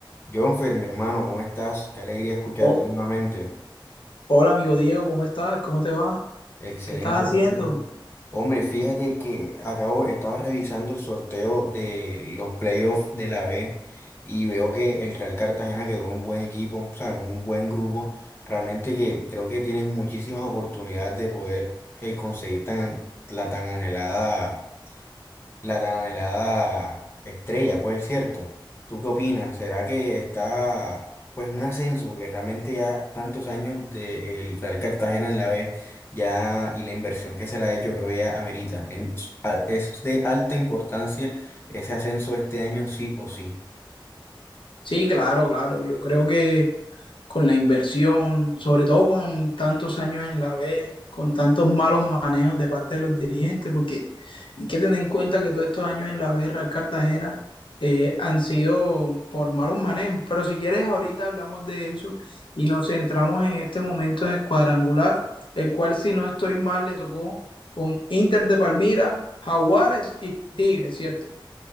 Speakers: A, on the left (about 25°); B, on the left (about 75°).
A: Jonfer, mi hermano, ¿cómo estás? Qué alegría escucharte
B: Oh,
A: nuevamente.
B: hola, amigo Diego, ¿cómo estás? ¿Cómo te va?
A: Excelente,
B: ¿Qué estás haciendo?
A: gracias. Hombre, fíjate que acabo, estaba revisando el sorteo de los playoffs de la B y veo que el Real Cartagena quedó un buen equipo, o sea, un buen grupo. Realmente que creo que tienes muchísimas oportunidades de poder eh, conseguir tan, la tan anhelada. la tan anhelada estrella, pues cierto. ¿Tú qué opinas? ¿Será que está pues un ascenso? Porque realmente ya tantos años del Real Cartagena en la B ya y la inversión que se le ha hecho creo ya amerita. En- es de alta importancia ese ascenso este año sí o sí.
B: Sí, claro, claro. Yo creo que con la inversión, sobre todo con tantos años en la B, con tantos malos manejos de parte de los dirigentes, porque hay que tener en cuenta que todos estos años en la B, Real Cartagena, eh, han sido por malos manejos. Pero si quieres, ahorita hablamos de eso y nos centramos en este momento en el cuadrangular, el cual, si no estoy mal, le tocó con Inter de Palmira, Jaguares y Tigres, ¿cierto?